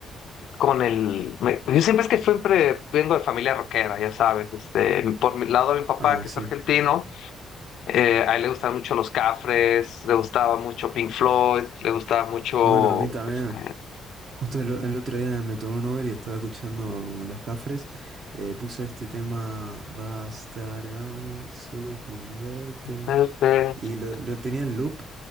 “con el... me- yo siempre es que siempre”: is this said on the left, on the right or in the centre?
Left